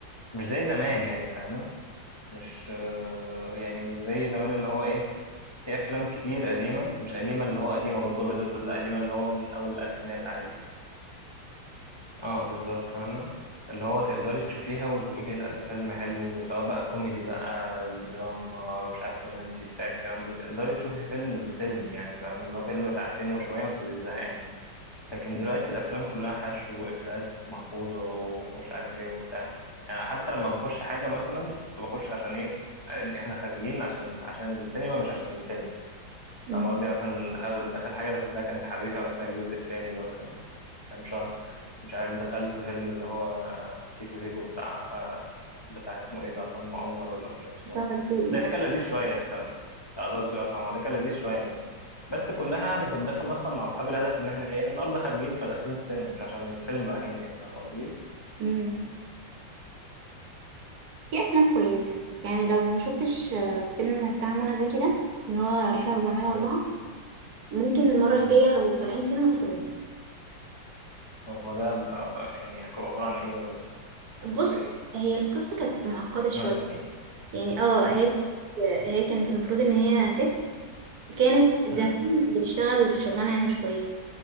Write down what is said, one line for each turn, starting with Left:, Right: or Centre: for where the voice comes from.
Left: مش زي زمان يعني فاهمه مش آه يعني مش زي زمان اللي هو ايه في افلام كتير قديمه مش قديمه اللي هو قديمه برضه ابيض واسود لا قديمه اللي هو من اول الالفينات عادي اه بالظبط فاهمة اللي هو تقدري تشوفيها وتقولي لا ده فيلم حلو سواء بقى كوميدي بقى دراما مش عارف رومانسي بتاع الكلام ده تقدري تشوفي فيلم فيلم يعني فاهمة اللي هو فيلم ساعتين وشوية متبقيش زهقانة لكن دلوقتي الأفلام كلها حشو وإفيهات محفوظة ومش عارف ايه وبتاع يعني حتى لما بخش حاجة مثلا كنت بخش عشان ايه احنا خارجين عشان عشان السينما مش عشان الفيلم
Right: مم.
Left: فاهم قصدي يعني مثلا دخل آخر حاجة دخلتها كان الحريفة مثلا الجزء التاني اللي هو كان كام شهر مش عارف دخلت فيلم اللي هو سيكو سيكو بتاع آه، بتاع اسمه ايه ده عصام عمر ولا مش عارف اسمه
Right: طه
Left: ايه
Right: دسوقي
Left: ده كان
Right: اه
Left: لذيذ شوية السنة بتاع زوزو يا عصام عمر ده كان لذيذ شوية مثلا بس كلها أنا كنت داخل مثلا مع أصحابي الهدف إن إحنا إيه النهاردة خارجين فداخلين السينما مش عشان الفيلم رايحين يعني فاهم قصدي؟
Right: امم في افلام كويسه يعني لو ما شفتش آه، فيلم بتاع منى زكي ده اللي هو رحله 404
Left: مم.
Right: ممكن المره الجايه
Left: مم.
Right: لو طالعين سينما تخرجوا
Left: هو ده ب- ب- يعني يحكوا عبارة عن ايه ولا
Right: بص
Left: بتوع ايه
Right: هي القصه كانت معقده شويه
Left: ما... مم.
Right: يعني اه هي هي كانت المفروض ان هي ست كانت زمان
Left: مم.
Right: بتشتغل في شغلانة يعني مش كويسة